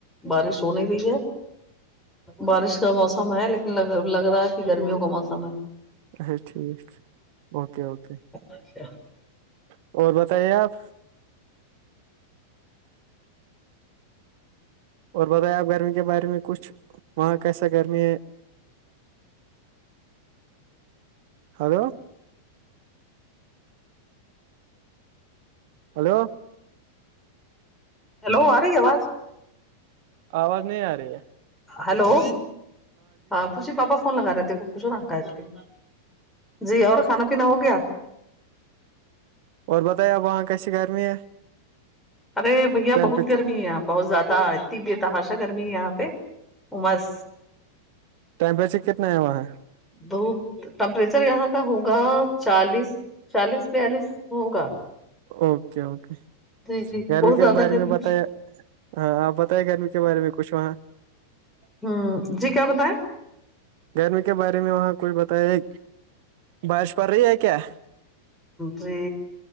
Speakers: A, in the centre; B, on the right.
A: بارش ہو نہیں رہئی ہے بارش کا موسم ہے لیکن لگ رہا ہے کہ گرمیوں کا موسم ہے
B: اچا ٹھیک اوکے اوکے
A: اچھا
B: اور بتائیے آپ اور بتائیں آپ گرمی کے بارے میں کچھ وہاں کیسا گرمی ہے ہیلو ہلو
A: ہیلو آ رہی آواز
B: آواز نہیں آ رہی ہے
A: ہلو ہاں ت پاپا فون لگا رہے تھے پچھو نا اکا ایکولی جی اور کھانا پیا ہو گیا
B: اور بتائی اب وہاں کیسی گرمی ہے
A: ارے بھیا
B: ٹیمپریچر
A: بہت گرمی ہے اپ بہت زیادہ اتنی بھی تحاشا گرمی یہاں پہ عمس
B: ٹیمپریچر کتنا ہے وہاں
A: دھوپ ٹمپریچر یہاں کا ہوگا چالیس چالیس بیالیس ہوگا
B: اوکے اوکے
A: جی جی
B: گرمی
A: بہت
B: کے
A: زیادہ
B: بارے
A: گرمی
B: میں بتیا ہاں آپ بتے گرمی کے کے بارے میں کچھ وہاں
A: ہوں جی کیا بتائائے
B: گرمی کے بارے میں وہاں کچھ بتایا بارش پڑ رہی ہے کیا
A: جی